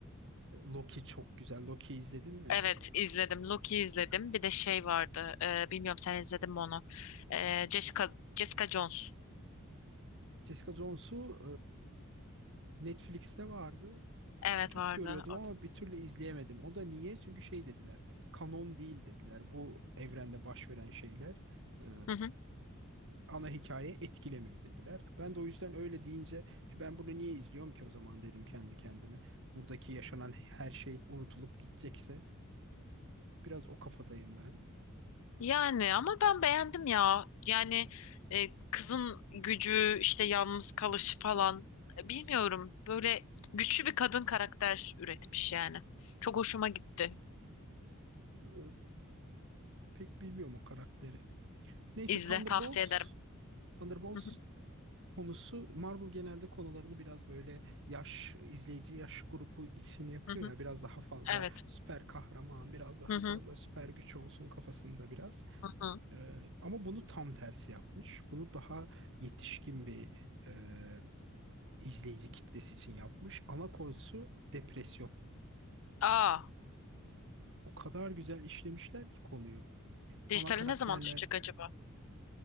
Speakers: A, on the right (about 60°); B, on the left (about 70°).
A: Loki çok güzel. Loki izledin mi?
B: Evet, izledim. Loki izledim. Bir de şey vardı. e, bilmiyorum sen izledin mi onu? E, Jessica, Jessica Jones.
A: Jessica Jones'u e, Netflix'te vardı.
B: Evet
A: çok
B: vardı.
A: görüyordum
B: O
A: ama bir türlü izleyemedim. O da niye? Çünkü şey dediler. Kanon değil dediler. Bu evrende baş veren şeyler e,
B: da.
A: ana hikaye etkilemiyor dediler. Ben de o yüzden öyle deyince "E, ben bunu niye izliyorum ki o zaman dedim kendi kendime. Buradaki yaşanan her şey unutulup gidecekse biraz o kafadayım ben.
B: Yani ama ben beğendim ya. Yani e, kızın gücü, işte yalnız kalışı falan. E, Bilmiyorum. Böyle güçlü bir kadın karakter üretmiş yani. Çok hoşuma gitti.
A: Ee, pek bilmiyorum o karakteri. Neyse
B: İzle,
A: Thunderbolts,
B: tavsiye ederim.
A: Thunderbolts
B: Hı hı,
A: konusu Marvel genelde konularını biraz böyle yaş izleyici yaş grubu için yapıyor
B: hı hı.
A: ya biraz daha fazla
B: Evet.
A: süper kahraman, biraz daha
B: Hı hı,
A: fazla süper güç olsun kafasında biraz.
B: hı hı.
A: Ee, ama bunu tam tersi yapmış. Bunu daha yetişkin bir e, izleyici kitlesi için yapmış. Ana konusu depresyon.
B: Aa,
A: O kadar güzel işlemişler ki konuyu. Ana
B: dijitali
A: karakterler
B: ne zaman düşecek acaba?